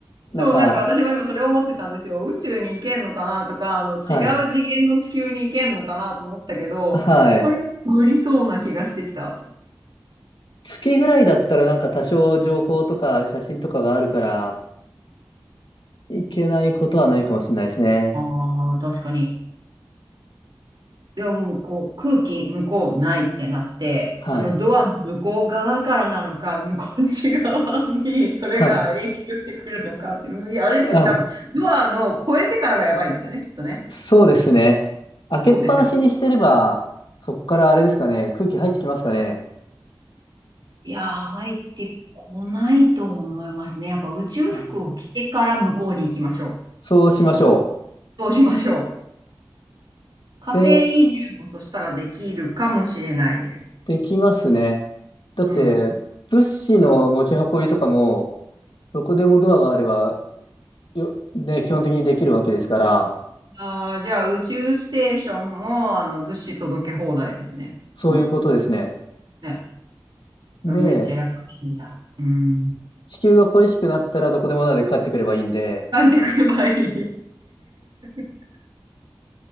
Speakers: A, on the left; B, on the right.
A: なんか、
B: そう、なんか私も今それ思ってたんですよ。宇宙に行けんのかなとか、あの違う次元の地球に行けんのかなと思ったけど、
A: はい。はい。
B: それ無理そうな気がしてきたと。
A: 月ぐらいだったらなんか多少情報とか写真とかがあるから、行けないことはないかもしれないですね。
B: ああ、確かに。でももうこう空気向こうないってなって、
A: はい。
B: あのドアの向こう側からなのか、向こっち側にそれが影響してくるのかって、
A: はい。
B: いや、あれですよね、
A: あ
B: 多分ドアの越えてからがやばいんですよね、きっとね。
A: そうですね。
B: うん、
A: 開けっぱなしにしてれば、
B: そうですよね。
A: そっからあれですかね、空気入ってきますかね。
B: いやー、入ってこないと思いますね。やっぱ宇宙服を着てから向こうに行きましょ
A: あそうしましょ
B: う。そうしましょう。火星移住もそしたらできるかもしれないです。
A: う。で、できますね。だって、
B: うん。
A: 物資の持ち運びとかも、どこでもドアがあれば、よ、ね、基本的にできるわけですから、
B: ああ、じゃあ宇宙ステーションも、あの、物資届け放題ですね。
A: そういうことですね。
B: うん。ね。
A: で、
B: うわめっちゃやっぱ便利だ。うん。
A: 地球が恋しくなったらどこでもドアで帰ってくればいいんで、
B: 書いてくればいい。<laughs>